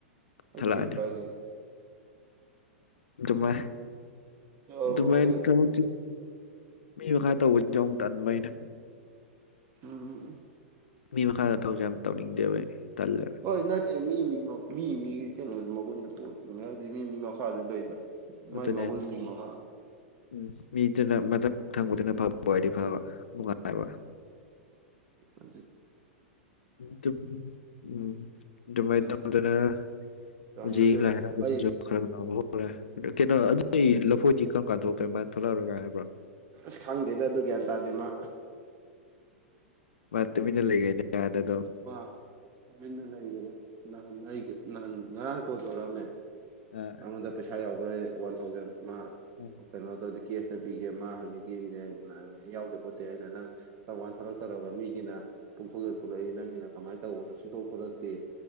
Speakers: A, on the right (about 35°); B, on the left (about 70°).
A: ꯑꯩ
B: ꯊꯠꯂꯛꯑꯅꯤ
A: ꯐꯦꯟ ꯄꯥꯏꯗꯥꯏꯅꯦ
B: ꯑꯗꯨꯃꯥꯏ
A: ꯌꯥꯎꯔꯕ
B: ꯑꯗꯨꯃꯥꯏꯟ
A: ꯑꯣ
B: ꯊꯕꯛꯁꯤ ꯃꯤ ꯃꯈꯥ ꯇꯧꯕꯁꯤ ꯑꯃꯨꯛ ꯇꯟꯕ ꯑꯩꯅ
A: ꯎꯝ
B: ꯃꯤ ꯃꯈꯥꯗ ꯊꯕꯛꯁꯦ ꯌꯥꯝ ꯇꯧꯅꯤꯡꯗꯦꯕꯥ ꯑꯩ ꯇꯜꯂꯦ
A: ꯑꯣꯏ ꯅꯠꯇꯦ ꯃꯤ ꯃꯤ ꯃ ꯃꯤ ꯃꯤ ꯀꯩꯅꯣ ꯃꯒꯨꯟꯖꯨ ꯄꯣꯟ ꯉ ꯑꯗꯨꯗꯤ ꯃꯤ ꯃꯤ ꯃꯈꯥꯁꯨ ꯂꯩꯗ ꯃꯥꯏ
B: ꯑꯗꯨꯅꯦ
A: ꯃꯒꯨꯟꯗꯨ ꯃꯈꯥ
B: ꯎꯝ ꯃꯤꯗꯨꯅ ꯃꯊꯛ ꯊꯪꯕꯗꯨꯅ ꯐꯕ ꯑꯣꯗꯤ ꯐꯕ ꯅꯨꯡꯉꯥꯏꯕ
A: ꯑꯗꯨꯠ
B: ꯗꯨꯝ ꯎꯝ ꯗꯨꯃꯥꯏꯅ
A: ꯍꯥꯏꯇꯥꯔꯦ
B: ꯇꯧꯗꯅ
A: ꯔꯥꯃꯦꯁꯁꯨ
B: ꯍꯨꯖꯤꯛ ꯂꯥꯏ ꯍꯔꯥꯎꯕꯖꯤꯖꯨ
A: ꯑꯩ
B: ꯈꯔ <unintelligible> ꯍꯣꯠꯂꯦ ꯀꯩꯅꯣ ꯑꯗꯨꯗꯤ ꯂꯐꯣꯏꯗꯤ ꯀꯝ ꯀꯥꯟ ꯊꯣꯛꯂꯛꯇꯣꯏ ꯃꯥ ꯊꯣꯛꯂꯛꯑꯔꯣꯏꯒ ꯍꯥꯏꯕ꯭ꯔꯣ
A: ꯑꯁ ꯈꯪꯗꯦꯗ ꯑꯗꯨ ꯒ꯭ꯌꯥꯟ ꯇꯥꯗꯦ ꯃꯥ
B: ꯃꯥ ꯇꯨꯃꯤꯟꯅ ꯂꯩꯔꯦꯅꯦ ꯑꯥꯗ ꯗꯨꯝ
A: ꯑ ꯇꯨꯃꯤꯟꯅ ꯂꯩꯒꯔꯦ ꯅꯍꯥꯟ ꯑꯩꯒ ꯅꯍꯥꯟ ꯉꯔꯥꯡ ꯀꯣꯜ ꯇꯧꯔꯛꯑꯝꯃꯦ
B: ꯑ
A: ꯑꯉꯣꯟꯗ ꯄꯩꯁꯥ ꯌꯥꯎꯕ꯭ꯔꯌꯦ ꯋꯥꯟ ꯊꯥꯎꯖꯟ ꯃꯥ
B: ꯎꯝ
A: ꯀꯩꯅꯣ ꯇꯧꯗꯦ ꯀꯦꯁꯇꯥ ꯄꯤꯒꯦ ꯃꯥ ꯍꯧꯖꯤꯛꯀꯤꯅꯦ ꯃ ꯌꯥꯎꯗꯦ ꯈꯣꯠꯇꯦ ꯍꯥꯏꯅ ꯅꯪ ꯀꯔꯝꯀꯥꯟ ꯊꯣꯂꯛꯇꯣꯔꯕ ꯃꯤꯒꯤꯅꯥ ꯄꯨꯡꯊꯣꯛꯇꯥ ꯊꯣꯛꯂꯛꯏ ꯅꯪꯒꯤꯅ ꯀꯃꯥꯏꯟ ꯇꯧꯕꯅꯣ ꯁꯨꯛꯊꯣꯛ ꯊꯣꯛꯂꯛꯇꯦ